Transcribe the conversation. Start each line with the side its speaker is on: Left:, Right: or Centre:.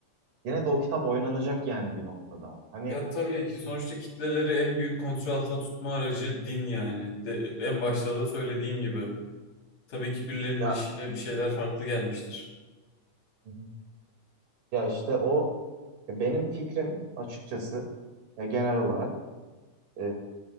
Right: yine de o kitap oynanacak yani bir noktada. Hani
Left: Ya tabii ki sonuçta kitleleri en büyük kontrol altına tutma aracı din yani. De, en başta da söylediğin gibi. Tabii ki birilerinin
Right: ya
Left: işine bir şeyler farklı gelmiştir.
Right: Hı hı. ya işte o Ya Benim fikrim açıkçası ya genel olarak e,